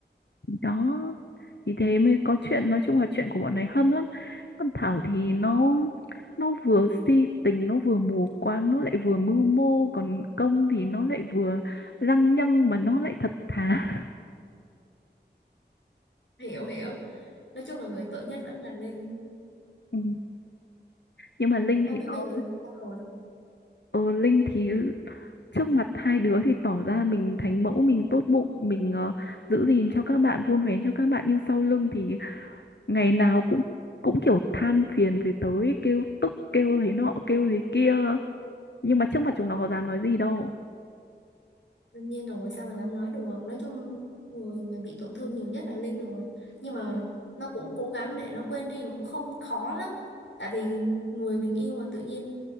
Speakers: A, on the left (about 70°); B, on the left (about 85°).
A: đó thì thế mới có chuyện nói chung là chuyện của bọn này hâm lắm còn Thảo thì nó nó vừa si tình nó vừa mù quáng nó lại vừa mưu mô còn Công thì nó lại vừa lăng nhăng mà nó lại thật thà
B: Hiểu hiểu. Nói chung là người tội nhất vẫn là Linh.
A: <laughs> ừ. nhưng mà Linh
B: Không
A: thì
B: biết
A: nó
B: bây giờ Linh sao rồi.
A: ờ, Linh thì trước mặt hai đứa thì tỏ ra mình thánh mẫu mình tốt bụng mình ờ, giữ gìn cho các bạn vun vén cho các bạn nhưng sau lưng thì ngày nào cũng cũng kiểu than phiền về tới kêu tức kêu thế nọ kêu thế kia nhưng mà trước mặt chúng nó có dám nói gì đâu
B: Đương nhiên rồi, sao mà dám nói được. Nói chung người mà bị tổn thương nhiều nhất là Linh rồi. Nhưng mà nó cũng cố gắng để nó quên đi mà cũng không khó lắm. Tại vì người mình yêu mà tự nhiên